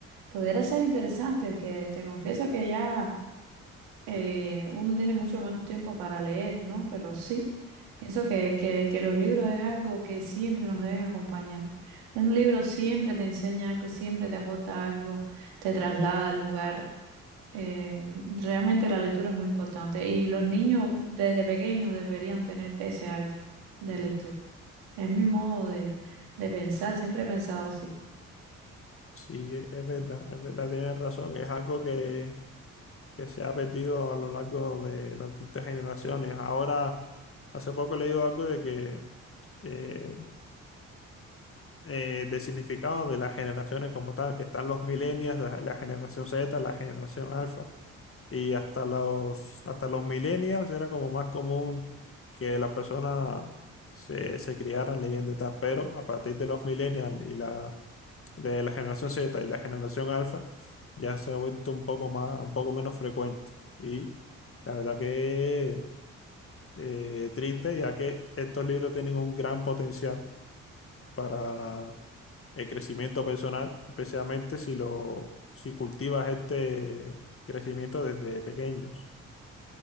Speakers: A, on the right; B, on the left.
A: pudiera ser interesante, que te confieso que ya... eh, uno tiene mucho menos tiempo para leer, ¿no? Pero sí, pienso que, que, que los libros es algo que siempre nos deben acompañar. Un libro siempre te enseña algo, siempre te aporta algo, te traslada al lugar. Eh, realmente la lectura es muy importante y los niños desde pequeños deberían tener ese hábito de lectura. Es mi modo de, de pensar, siempre he pensado así.
B: Sí, e- es verdad, es verdad, tienes razón, es algo que, que se ha perdido a lo largo de las distintas generaciones. Ahora, hace poco he leído algo de que eh, eh, del significado de las generaciones como tal, que están los millennials, la, la generación Z, la generación alfa. Y hasta los, hasta los millennials era como más común que las personas se, se criaran leyendo y tal, pero a partir de los millennials y la, de la generación Z y la generación alfa, ya se ha vuelto un poco más, un poco menos frecuente. Y la verdad que eh, triste, ya que estos libros tienen un gran potencial para el crecimiento personal, especialmente si lo, si cultivas este crecimiento desde pequeños.